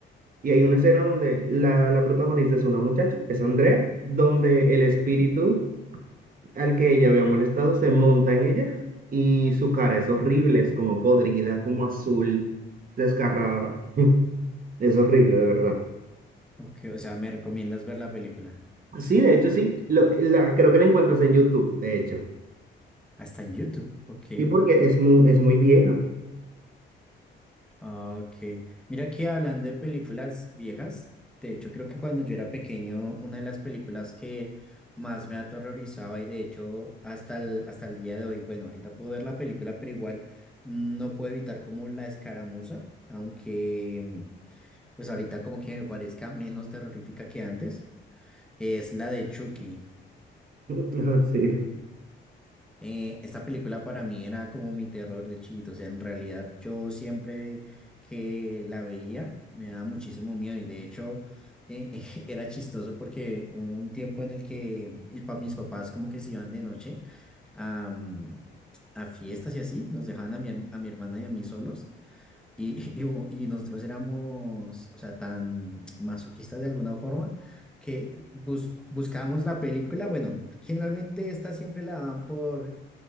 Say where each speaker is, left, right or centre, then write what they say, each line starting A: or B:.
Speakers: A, on the right; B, in the centre.
A: Y hay una escena donde la, la protagonista es una muchacha, es Andrea, donde el espíritu al que ella había molestado se monta en ella y su cara es horrible, es como podrida, como azul, desgarrada. Es horrible, de verdad.
B: ok, o sea, me recomiendas ver la película.
A: Sí, de hecho, sí. Lo- la, creo que la encuentras en YouTube, de hecho.
B: Hasta en YouTube, ok.
A: Sí, porque es muy, es muy vieja.
B: Ah, Ok, mira que hablando de películas viejas, de hecho creo que cuando yo era pequeño, una de las películas que más me aterrorizaba y de hecho hasta el, hasta el día de hoy, bueno, ahorita puedo ver la película, pero igual mm, no puedo evitar como la escaramuza, aunque mm, pues ahorita como que me parezca menos terrorífica que antes, es la de Chucky.
A: <laughs> Ajá, Sí.
B: Eh, esta película para mí era como mi terror de chiquito, o sea, en realidad yo siempre que la veía me daba muchísimo miedo y de hecho eh, <laughs> era chistoso porque hubo un tiempo en el que mis, pa- mis papás como que se iban de noche a, mm, a fiestas y así, nos dejaban a mi, her- a mi hermana y a mí solos y, <laughs> y, hubo- y nosotros éramos, o sea, tan masoquistas de alguna forma que bus- buscábamos la película, bueno, generalmente esta siempre la dan por